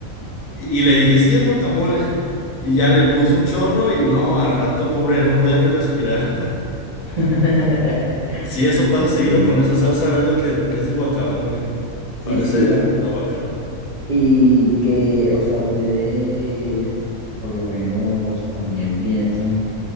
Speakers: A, on the left; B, on the right.
A: Y le dije, sí, es guacamole. Y ya le puse un chorro y no, al rato, pobre, no podía ni respirar.
B: <laughs>
A: Sí, eso pasa seguido
B: Sí,
A: con esa salsa verde que, que es de guacamole.
B: sí,
A: Parece
B: sí.
A: a- aguacate.
B: Y que, o sea, ustedes por lo menos también piensan,